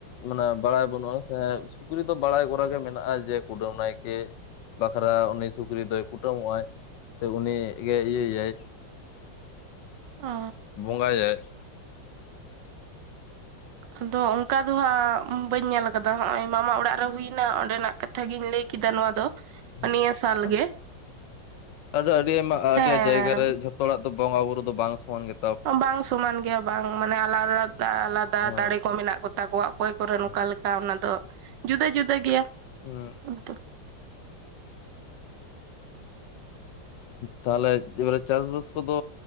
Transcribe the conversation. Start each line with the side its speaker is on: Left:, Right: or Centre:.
Left: ᱢᱟᱱᱮ ᱵᱟᱲᱟᱭ ᱵᱟᱹᱱᱩᱜᱼᱟ ᱥᱮ, ᱥᱩᱠᱨᱤ ᱫᱚ ᱵᱟᱲᱟᱭ ᱠᱚᱨᱟ ᱜᱮ ᱢᱮᱱᱟᱜᱼᱟ ᱡᱮ, ᱠᱩᱰᱟᱹᱢ ᱱᱟᱭᱠᱮᱹ ᱵᱟᱠᱷᱨᱟ, ᱩᱱᱤ ᱥᱩᱠᱨᱤ ᱫᱚᱭ ᱠᱩᱴᱟᱹᱢᱚᱜᱼᱟᱭ᱾ ᱥᱮ ᱩᱱᱤ ᱜᱮ ᱤᱭᱟᱹᱭ ᱭᱟᱭ
Right: ᱚ
Left: ᱵᱚᱸᱜᱟ ᱭᱟᱭ᱾
Right: ᱟᱫᱚ ᱚᱱᱠᱟ ᱫᱚ ᱦᱟᱸᱜ ᱵᱟᱹᱧ ᱧᱮᱞ ᱟᱠᱟᱫᱟ᱾ ᱦᱚᱸᱜᱼᱚᱭ ᱢᱟᱢᱟ ᱚᱲᱟᱜ ᱨᱮ ᱦᱩᱭᱱᱟ ᱚᱸᱰᱮᱱᱟᱜ ᱠᱟᱛᱷᱟ ᱜᱤᱧ ᱞᱟᱹᱭ ᱠᱮᱫᱟ ᱱᱚᱣᱟ ᱫᱚ᱾
Left: ᱦᱮᱸ
Right: ᱱᱤᱭᱟᱹ ᱥᱟᱞ
Left: ᱟᱹᱣ
Right: ᱜᱮ
Left: ᱟᱫᱚ ᱟᱹᱰᱤ ᱟᱭᱢᱟ
Right: ᱦᱮᱸ
Left: ᱟᱹᱰᱤ ᱡᱟᱭᱜᱟ ᱨᱮ ᱡᱷᱚᱛ ᱛᱚ ᱦᱚᱲᱟᱜ ᱫᱚ ᱵᱚᱸᱜᱟ ᱵᱩᱨᱩ ᱫᱚ ᱵᱟᱝ ᱥᱚᱢᱟᱱ ᱜᱮ
Right: ᱵᱟᱝ ᱥᱚᱢᱟᱱ ᱜᱮᱭᱟ ᱵᱟᱝ, ᱢᱟᱱᱮ ᱟᱞᱟᱫᱟ ᱟᱞᱟᱫᱟ
Left: ᱦᱮᱸ
Right: ᱫᱟᱲᱮ ᱠᱚ ᱢᱮᱱᱟᱜ ᱠᱚᱛᱟ ᱠᱚᱣᱟ, ᱚᱠᱚᱭ ᱠᱚ ᱨᱮᱱ ᱱᱚᱝᱠᱟ
Left: ᱦᱮᱸ
Right: ᱞᱮᱠᱟ ᱚᱱᱟ ᱫᱚ ᱡᱩᱫᱟᱹ ᱡᱩᱫᱟᱹ ᱜᱮᱭᱟ᱾
Left: ᱦᱚᱸ
Right: <unintelligible>
Left: ᱛᱟᱦᱚᱞᱮ <unintelligible> ᱪᱟᱥᱵᱟᱥ ᱠᱚᱫᱚ